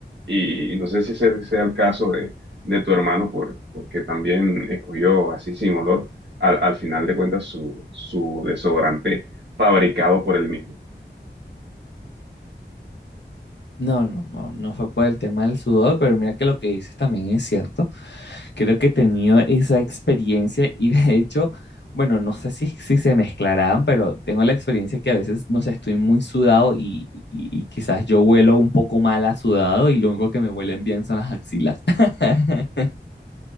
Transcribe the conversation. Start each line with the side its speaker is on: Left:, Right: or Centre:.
Right: y no sé si ese sea el caso de, de tu hermano por, porque también escogió así sin olor al, al final de cuentas su, su desodorante fabricado por él mismo.
Left: No, no, no, no fue por el tema del sudor, pero mira que lo que dices también es cierto. Creo que he tenido esa experiencia y de hecho, bueno, no sé si, si se mezclarán, pero tengo la experiencia que a veces, no sé, estoy muy sudado y, y- y quizás yo huelo un poco mal a sudado y lo único que me huelen bien son las axilas. <laughs>